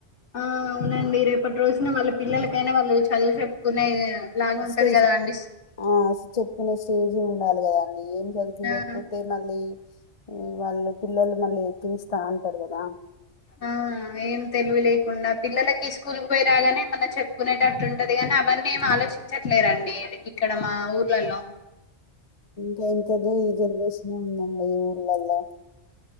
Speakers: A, on the left; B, on the left.
A: ఆ అవునండి రేపటి రోజున వాళ్ళ పిల్లలకైనా వాళ్ళు చదువు చెప్పుకునే లాగా ఉంటది
B: స్టేజ్
A: కదా అండి
B: ఆ చెప్పుకునే స్టేజ్ ఉండాలి కదాండి ఏం చదివయకపోతే
A: ఆ
B: మళ్ళీ వాళ్ళు పిల్లలు మళ్ళీ ఎకిరిస్తా అంటారు కదా
A: ఆ ఏం తెలివి లేకుండా పిల్లలకి స్కూల్కి పోయి రాగానే ఏమన చెప్పుకునేటట్టుంటది గానీ అవ అవన్నీ ఏం ఆలోచించట్లేరండి ఇక్కడ మా ఊర్లలో
B: కా అంత ఈ జనరేషన్ ఉందడి ఈ ఊళ్ళలో